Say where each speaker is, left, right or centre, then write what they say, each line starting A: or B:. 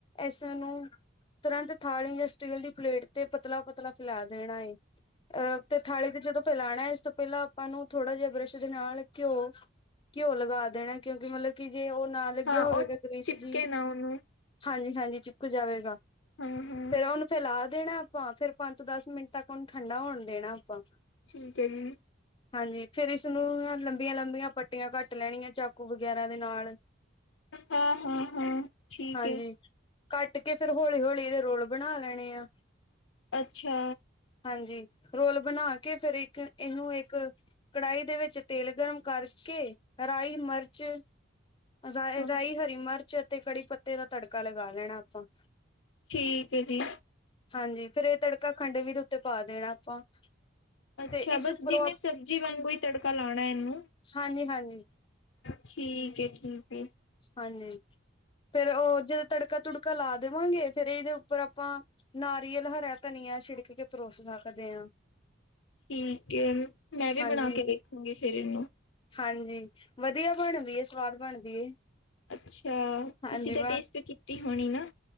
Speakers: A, on the left (about 25°); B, on the left (about 80°).
A: ਇਸ ਨੂੰ। ਤਰੰਤ ਥਾਲੀ ਜਾਂ ਸਟੀਲ ਦੀ ਪਲੇਟ ਤੇ ਪਤਲਾ- ਪਤਲਾ ਫੈਲਾ ਦੇਣਾ ਏ। ਅਹ ਤੇ ਥਾਲੀ ਤੇ ਜਦੋਂ ਫੈਲਾਣਾ ਹੈ ਇਸ ਤੋਂ ਪਹਿਲਾਂ ਆਪਾਂ ਨੂੰ ਥੋੜਾ ਜਿਹਾ ਬ੍ਰਸ਼। ਦੇ ਨਾਲ ਘਿਓ-ਘਿਓ ਲਗਾ ਦੇਣਾ ਕਿਉਂਕਿ ਮਤਲਬ। ਕਿ ਜੇ ਉਹ ਨਾ ਲੱਗਿਆ
B: ਹਾਂ
A: ਹੋਵੇਗਾ
B: ਉਹ
A: ਗ੍ਰੀਸ
B: ਚਿਪਕੇ
A: ਜੀ।
B: ਨਾ ਉਹਨੂੰ
A: ਹਾਂਜੀ-ਹਾਂਜੀ ਚਿੱਪਕ ਜਾਵੇਗਾ
B: ਹਾਂ-ਹਾਂ
A: ਫੇਰ ਉਹਨੂੰ। ਫੇਲਾ ਦੇਣਾ ਆਪਾਂ ਫੇਰ ਪੰਜ ਦਸ ਮਿੰਟ ਤੱਕ ਉਹਨੂੰ ਠੰਡਾ ਹੋਣ ਦੇਣਾ ਆਪਾਂ।
B: ਠੀਕ ਹੈ ਜੀ।
A: ਹਾਂਜੀ ਫੇਰ ਇਸ ਨੂੰ ਲੰਬੀਆਂ ਲੰਬੀਆਂ ਪੱਟੀਆਂ ਕੱਟ ਲੈਣੀਆਂ ਚਾਕੂ ਵਗੈਰਾ ਦੇ ਨਾਲ।
B: ਹਾਂ-ਹਾਂ-ਹਾਂ ਠੀਕ
A: ਹਾਂਜੀ।
B: ਹੈ
A: ਕੱਟ ਕੇ ਫੇਰ ਹੌਲੀ ਹੌਲੀ ਇਹਦੇ ਰੋਲ ਬਣਾ ਲੈਣੇ ਆ।
B: ਅੱਛਾ।
A: ਹਾਂਜੀ ਰੋਲ ਬਣਾ ਕੇ ਫੇਰ ਇੱਕ ਇਹਨੂੰ ਇੱਕ ਕੜਾਹੀ। ਦੇ ਵਿੱਚ ਤੇਲ ਗਰਮ ਕਰਕੇ ਰਾਈ ਮਿਰਚ ਰ
B: ਹਾਂ
A: ਰਾਈ ਹਰੀ ਮਿਰਚ। ਅਤੇ ਕੜੀ ਪੱਤੇ ਦਾ ਤੜਕਾ ਲਗਾ ਲੈਣਾ ਆਪਾਂ।
B: ਠੀਕ ਹੈ ਜੀ।
A: ਹਾਂਜੀ ਫੇਰ ਇਹ ਤੜਕਾ ਖੰਡ ਵੀ ਦੇ ਉੱਤੇ ਪਾ ਦੇਣਾ ਆਪਾਂ।
B: ਅੱਛਾ
A: ਤੇ ਇਸ
B: ਬਸ
A: ਉੱਪਰੋਂ
B: ਜਿਵੇਂ ਸਬਜ਼ੀ ਵਾਂਗੂ ਹੀ ਤੜਕਾ ਲਾਉਣਾ ਇਹਨੂੰ
A: ਹਾਂਜੀ-ਹਾਂਜੀ।
B: ਠੀਕ ਏ ਠੀਕ ਏ
A: ਹਾਂਜੀ, ਫੇਰ ਉਹ ਜਦੋਂ ਤੜਕਾ ਤੁੜਕਾ ਲਾ ਦੇਵਾਂਗੇ ਫੇਰ ਇਹਦੇ ਉਪਰ ਆਪਾਂ। ਨਾਰੀਅਲ ਹਰਾ ਧਨੀਆ ਛਿੜਕ ਕੇ ਪਰੋਸ ਸਕਦੇ ਆ
B: ਠੀਕ ਏ ਮੈਂ ਵੀ
A: ਹਾਂਜੀ
B: ਬਣਾ ਕੇ ਵੇਖੂੰਗੀ ਫੇਰ ਇਹਨੂੰ।
A: ਹਾਂਜੀ, ਵਧੀਆ ਬਣਦੀ ਏ ਸਵਾਦ ਬਣਦੀ ਏ
B: ਅੱਛਾ, ਤੁਸੀਂ
A: ਹਾਂਜੀ
B: ਤਾਂ ਟੇਸਟ ਕੀਤੀ ਹੋਣੀ ਨਾ।